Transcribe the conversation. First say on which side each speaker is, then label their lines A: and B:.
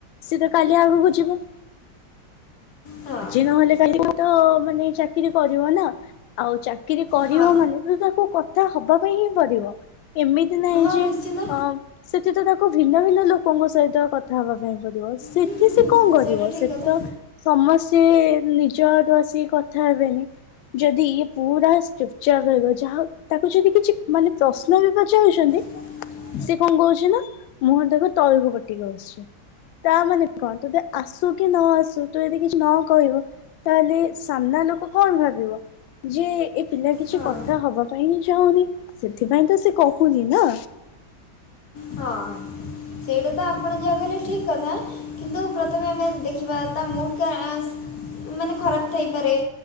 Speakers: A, on the left; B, on the left.
A: ସିଏ ତ କାଲି ଆଗକୁ ଯିବ
B: ହଁ
A: ଆଜି ନହେଲେ କାଲି ତ ମାନେ ଚାକିରି କରିବ ନା ଆଉ ଚା କିରି କରିବ
B: ହଁ
A: ମାନେ ତ ତାକୁ କଥା ହବା ପାଇଁ ହିଁ ପଡିବ ଏମିତି ନାହିଁ
B: ହଁ
A: ଯେ
B: ନିଶ୍ଚିନ୍ତ
A: ଅ ସେଥି ତ ତାକୁ ଭିନ୍ନ ଭିନ୍ନ ଲୋକଙ୍କ ସହିତ କଥା ହବା ପାଇଁ ପଡିବ ସେ
B: ହୁଁ,
A: ଏଠି ସେ
B: ହୁଁ,
A: କଣ କରିବ
B: ସେଇଟା ଠିକ୍
A: ସେଠି
B: କଥା
A: ତ ସମସ୍ତେ ନିଜଆଡୁ ଆସି କଥା ହେବେନି ଯଦି ଇ ପୁରା ସ୍ପିପଚର ରହିବ ଯାହା ତାକୁ ଯଦି କିଛି ମାନେ ପ୍ରଶ୍ନ ବି ପଚାଉଚନ୍ତି
B: <inaudible>
A: ସିଏ କଣ କରୁଚି ନା ମୁହଁ ଟାକୁ ତଳକୁ ପୋତିକି ବସଚୁ। ତାମାନେ କଣ ତୁତ ଆସୁକି ନ ଆସୁ ତୁ ଯଦି କିଛି ନ କହିବୁ ତାହେଲେ ସାମ୍ନା ଲୋକ କଣ ଭାବିବ। ଯେ ଏ ପିଲା କିଛି
B: ହଁ
A: କଥା ହବା ପାଇଁ ହିଁ ଚାହୁଁନି। ସେଥିପାଇଁ ତ ସେ କହୁନି ନା।
B: ହଁ ସେଇଟା ତ ଆପଣ ଯାହା କହଲେ ଠିକ୍ କଥା କିନ୍ତୁ ପ୍ରଥମେ ଆମେ ଦେଖିବା ତା ମୁଡ଼ କା ଆସ୍ ମାନେ ଖରାପ୍ ଥାଇପାରେ